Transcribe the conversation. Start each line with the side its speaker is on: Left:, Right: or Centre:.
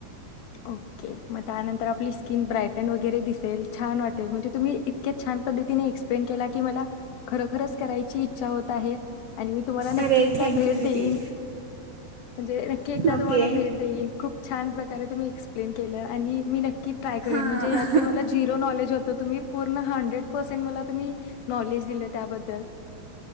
Left: ओके मग त्यानंतर आपली स्किन ब्रायटन वगैरे दिसेल छान वाटेल, म्हणजे तुम्ही इतक्या छान पद्धतीने एक्सप्लेन केला की मला खरोखरच करायची इच्छा होत आहे. आणि मी तुम्हाला नक्की
Right: अरे
Left: एकदा
Right: थँक्यू
Left: भेट
Right: दीदी
Left: देईन, म्हणजे नक्की एकदा
Right: ओके
Left: तुम्हाला भेट देईन, खूप छान प्रकारे तुम्ही. एक्सप्लेन केल्या आणि मी नक्की ट्राय करेन
Right: हां
Left: म्हणजे यातले मला झिरो नॉलेज होतं तुम्ही पूर्ण हंड्रेड पर्से ते मला तुम्ही नॉलेज दिल त्याबद्द